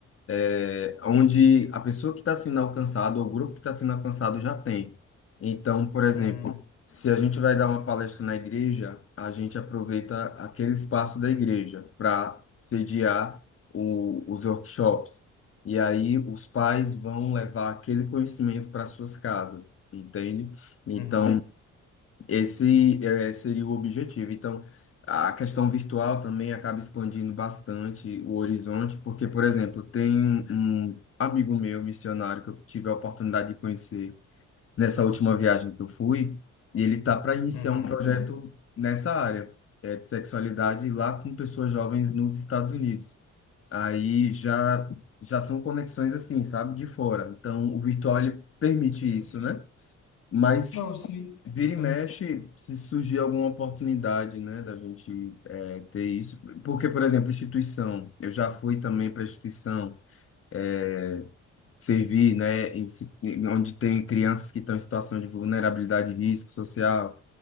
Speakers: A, on the left; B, on the left.
A: é, onde a pessoa que está sendo alcançada, ou o grupo que está sendo alcançado já tem. Então, por exemplo,
B: uhum,
A: se a gente vai dar uma palestra na igreja, a gente aproveita aquele espaço da igreja para sediar o- os workshops. E aí os pais vão levar aquele conhecimento para suas casas, entende? Então,
B: uhum,
A: esse é, seria o objetivo. Então, a questão virtual também acaba expandindo bastante o horizonte, porque, por exemplo, tem um amigo meu, missionário, que eu tive a oportunidade de conhecer nessa última viagem que eu fui, e ele está para iniciar
B: uhum.
A: um projeto nessa área, é, de sexualidade lá com pessoas jovens nos Estados Unidos. Aí já, já são conexões assim, sabe, de fora. Então, o virtual ele permite isso, né? Mas
B: Não, sim,
A: Vira
B: sim.
A: e mexe, se surgir alguma oportunidade, né, da gente é, ter isso. Porque, por exemplo, instituição. Eu já fui também para instituição é, servir, né, em si- em- onde tem crianças que estão em situação de vulnerabilidade e risco social.